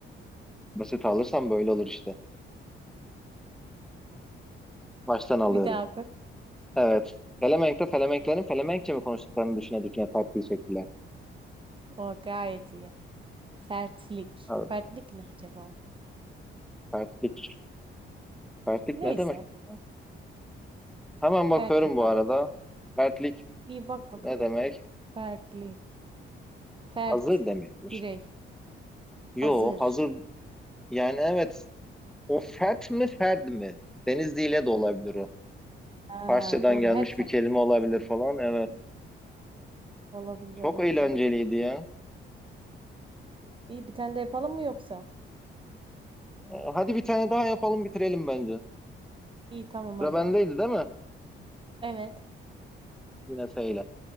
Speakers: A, in the centre; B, on the right.
A: basit alırsam böyle olur işte. Baştan alıyorum.
B: Bir daha bak.
A: Evet. Felemenk'te Felemenklerin Felemenkçe mi konuştuklarını düşüne düşüne tartıyı çektiler.
B: O gayet iyi. Fertlik.
A: Abi,
B: Fertlik ne acaba?
A: Fertlik. Fertlik
B: Neyse.
A: ne demek? ya? Hemen bakıyorum
B: Fertlik.
A: bu
B: Al.
A: arada. Fertlik
B: İyi bak bak.
A: ne demek?
B: Fertlik. Fert.
A: Hazır demekmiş.
B: Birey.
A: Yo
B: Hazır.
A: hazır yani evet. O fert mi ferd mi? Denizli ile de olabilir o.
B: Ha,
A: Farsçadan
B: doğru.
A: gelmiş
B: Her fert.
A: bir kelime olabilir falan. Evet.
B: Olabilir
A: Çok
B: olabilir.
A: eğlenceliydi ya.
B: İyi bir tane de yapalım mı yoksa?
A: Ee, Hadi bir tane daha yapalım bitirelim bence.
B: İyi tamam
A: Sıra
B: hadi.
A: bendeydi değil mi?
B: Evet.
A: Yine F ile.